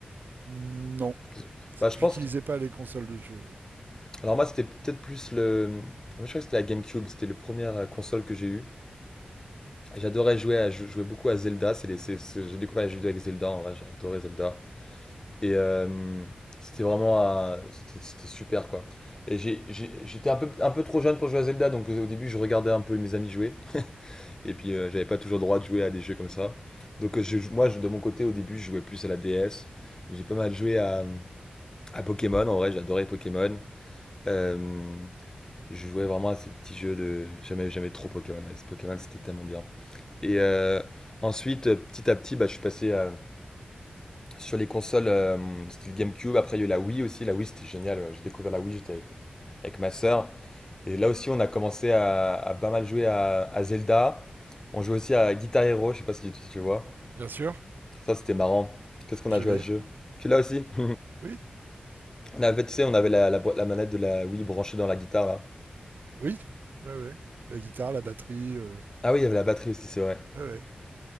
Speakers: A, on the right; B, on the left.
A: Mm, Non,
B: Qu'est-ce- Bah je
A: j'utilisais
B: pense que...
A: pas les consoles de jeu.
B: Alors moi c'était peut-être plus le... Moi je crois que c'était la GameCube, c'était la première euh, console que j'ai eue. Et J'adorais jouer, à, je jouais beaucoup à Zelda. C'est les- c'est- c'est- j'ai découvert les jeux vidéo avec Zelda. En vrai, j'ai adoré Zelda. Et euh, c'était vraiment, un- c'était c'était super quoi. Et j'ai- j'ai- j'étais un peu, un peu trop jeune pour jouer à Zelda, donc euh, au début je regardais un peu mes amis jouer. Et puis euh, j'avais pas toujours le droit de jouer à des jeux comme ça. Donc euh, je- moi, je- de mon côté, au début, je jouais plus à la DS. J'ai pas mal joué à, à Pokémon. En vrai, j'adorais Pokémon. Euh, je jouais vraiment à ces petits jeux de jamais, jamais trop Pokémon. ouais. Ce Pokémon, c'était tellement bien. Et euh, ensuite, euh, petit à petit, bah, je suis passé euh, sur les consoles euh, c'était le GameCube. Après, il y a eu la Wii aussi. La Wii, c'était génial. ouais. J'ai découvert la Wii, j'étais avec, avec ma sœur. Et là aussi, on a commencé à, à pas mal jouer à, à Zelda. On jouait aussi à Guitar Hero. Je sais pas si tu, si tu vois.
A: Bien sûr,
B: Ça, c'était marrant. Qu'est-ce qu'on
A: je
B: a joué
A: l'ai.
B: à ce jeu? Tu l'as aussi? <laughs>
A: Oui,
B: On avait, tu sais, on avait la, la boi- la manette de la Wii branchée dans la guitare là.
A: oui, ouais, ouais. La guitare, la batterie, euh,
B: Ah oui, il y avait la batterie aussi, c'est vrai.
A: ouais, ouais.